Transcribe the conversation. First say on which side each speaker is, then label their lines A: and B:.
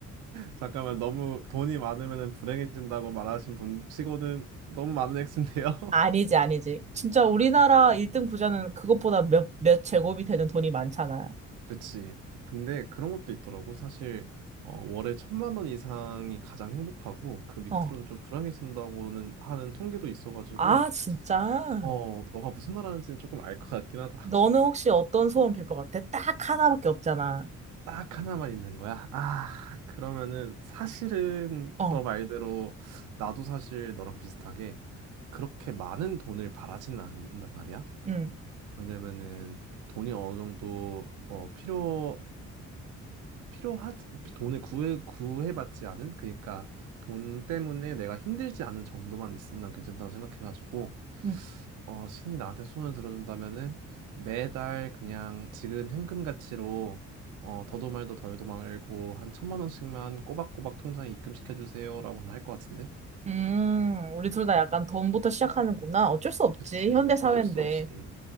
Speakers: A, on the right; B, on the right.
A: 잠깐만, 너무 돈이 많으면 불행해진다고 말하신 분 치고는 너무 많은 액수인데요. <laughs>
B: 아니지, 아니지. 진짜 우리나라 1등 부자는 그것보다 몇, 몇 제곱이 되는 돈이 많잖아.
A: 그치. 근데 그런 것도 있더라고. 사실, 어, 월에 천만 원 이상이 가장 행복하고, 그 밑으로는
B: 어.
A: 좀 불행해진다고는 하는 통계도 있어가지고,
B: 아, 진짜?
A: 어, 너가 무슨 말 하는지는 조금 알 것 같긴 하다.
B: 너는 혹시 어떤 소원 빌 것 같아? 딱 하나밖에 없잖아.
A: 딱 하나만 있는 거야? 아, 그러면은 사실은
B: 어.
A: 너 말대로 나도 사실 너랑 비슷하게 그렇게 많은 돈을 바라지는 않는단 말이야.
B: 응.
A: 왜냐면은 돈이 어느 정도 어 필요하 필요하 돈을 구해 구해받지 않은 그러니까 돈 때문에 내가 힘들지 않은 정도만 있으면 난 괜찮다고 생각해가지고
B: 응.
A: 어, 신이 나한테 손을 들어준다면은 매달 그냥 지금 현금 가치로 어, 더도 말도 덜도 말고 한 천만 원씩만 꼬박꼬박 통장에 입금시켜 주세요라고는 할 것 같은데.
B: 음, 우리 둘 다 약간 돈부터 시작하는구나. 어쩔 수 없지.
A: 그치.
B: 현대 사회인데.
A: 어쩔 수 없이